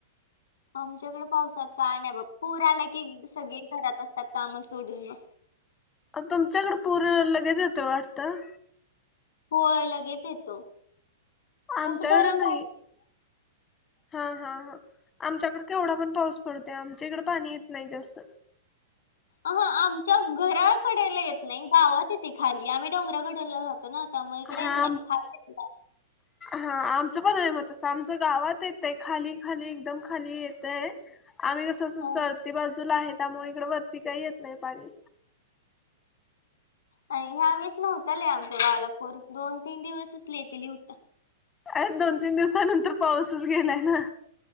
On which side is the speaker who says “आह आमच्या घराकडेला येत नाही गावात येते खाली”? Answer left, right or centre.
Left